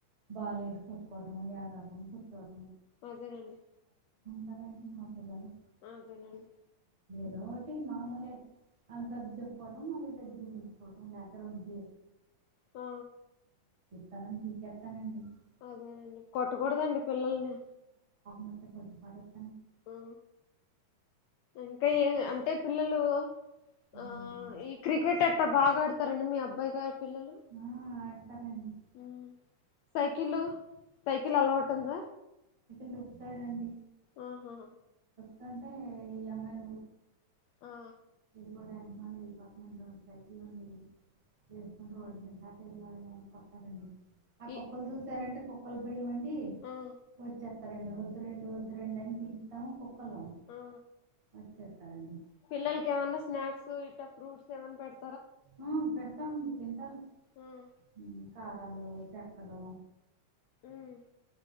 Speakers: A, on the right; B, on the left.
A: వాలు వేసి కుట్టుకోవటం లే రాకం కుట్ం
B: అదేలేండి
A: సారా అండి మా పిల్లలు
B: అదేనండి
A: ఇటి మామూలే అనీ సర్ది చెప్ కోటం మళ్ళీ దగ్గర తీసుకోటం లెటర్ ఉండింది
B: ఆ
A: <inaudible>
B: అదేనండి కొట్టకూడదండి పిల్లల్ని
A: వస్తె కొట్టి పారేస్
B: ఆ ఇంకా ఏ అంటే పిల్లలు ఆ
A: అదేనండి
B: ఈ క్రికెట్ అట్టా బాగా ఆడతారండి మీ అబ్బాయి గారు పిల్లలు
A: ఆ, ఆడతారండి
B: ఉమ్ సైకిలు సైకిల్ అలవాటు ఉందా
A: తొక్కుతాడండి
B: ఆహా
A: తంటే ఈ అమ్మాయి
B: ఆ
A: <inaudible> వెళ్ళిపోతున్నాండి రోడ్డు సైకిడి వసుకుని రోడ్ మీ దాక వెళ్ళాలి అనిపోస్తారండి ఆ
B: ఈ
A: కుక్కలు చూసారంటే కు కుక్కల భయమండి
B: ఆ
A: వచ్చేస్తారండి వద్దు రండి వద్దు రండి అని పిలుస్తాము కుక్కలు
B: ఆ
A: వచ్చేస్తారండి
B: పిల్లలకి ఏమన్నా స్నాక్స్ క్స్ ఫ్రూట్స్ ఏమన్నా పెడ్
A: ఆ పెడతామండి తింటారు
B: ఉమ్
A: ఉమ్ కా కాలు చెక్కలు
B: ఉమ్